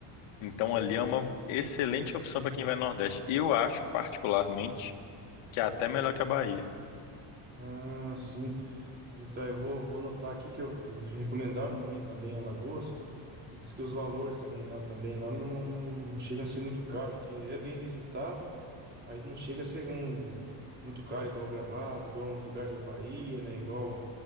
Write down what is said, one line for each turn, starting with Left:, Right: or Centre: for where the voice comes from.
Left: Então ali é uma excelente opção para quem vai no Nordeste. Eu acho, particularmente, que é até melhor que a Bahia.
Right: Ah, sim. Então eu vou, vou anotar aqui que eu recomendaram para mim também Alagoas. E diz que os valores também lá também lá não, não, não chegam a ser muito caros, que é bem visitado. Mas não chega a ser um muito caro, igual Gramado, igual uns lugares da Bahia, né? Igual